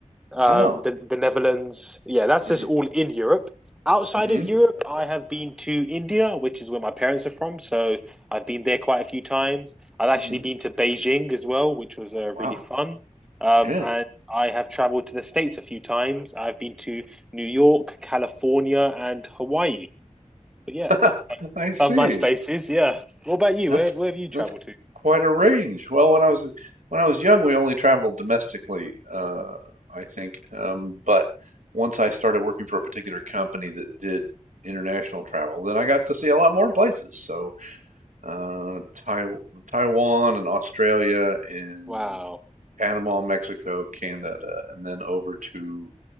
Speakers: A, in the centre; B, on the right.
A: um,
B: wow.
A: the the Netherlands. Yeah, that's
B: Mm-hmm.
A: just all in Europe. Outside
B: Mm-hmm.
A: of Europe, I have been to India, which is where my parents are from, so I've been there quite a few times. I've actually
B: Mm-hmm.
A: been to Beijing as well, which was uh,
B: Wow.
A: really fun. Um,
B: Yeah.
A: and I have traveled to the States a few times. I've been to New York, California, and Hawaii. But yes,
B: <laughs> I
A: some
B: see.
A: nice places. Yeah. What about you?
B: That's
A: Where where have you traveled
B: that's
A: to?
B: quite a range. Well, when I was when I was young, we only traveled domestically, uh, I think. Um, but once I started working for a particular company that did international travel, then I got to see a lot more places. So, uh, Taiwan and Australia and
A: Wow.
B: Panama, Mexico, Canada, and then over to